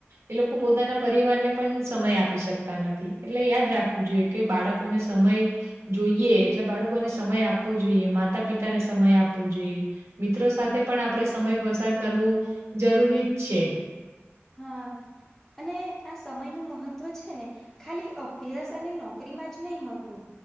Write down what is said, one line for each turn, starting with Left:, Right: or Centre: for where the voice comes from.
Right: એ લોકો પોતાના પરિવારને પન સમય આપી શકતા નથી, એટલે યાદ રાખવું જોઈએ કે બાળ કોને સમય જોઈએ એટલે બાળકોને સમય આપવો જોઈએ માતા પિતાને. સમય આપવો જોઈએ, મિત્રો સાથે પણ આપણે સમય પસાર કરવો જરૂરી જ છે.
Centre: હા, અને આ સમયનું મહત્વ છે ને. ખાલી અભ્યાસ અને નોકરીમાં જ નહી હતું.